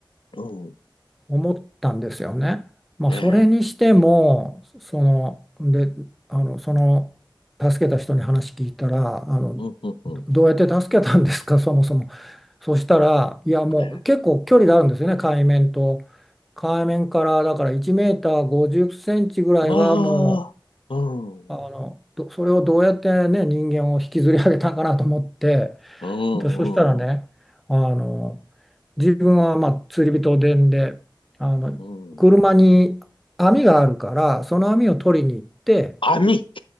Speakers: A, on the left; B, in the centre.
A: うん、
B: 思ったんですよね。まあ、
A: ええ、
B: それにしても、その、で、あの、その、助けた人に話聞いたら、あの、
A: うんうんうん、
B: どどうやって助けたんですか、<laughs> そもそも。そしたら、いや、もう結構距離があるんですよね、
A: ええ、
B: 海面と。海面から、だから1メーター50センチぐらいはも
A: わあ、う
B: う、あの、
A: ん。
B: どそれをどうやってね、人間を引きずり上げたんかなと思って、
A: うんうん
B: で、そしたらね、あの、自分はまあ釣り人でんで、あの、
A: うんうん。
B: 車に網があるから、その網を取りに行って、
A: 網 <laughs>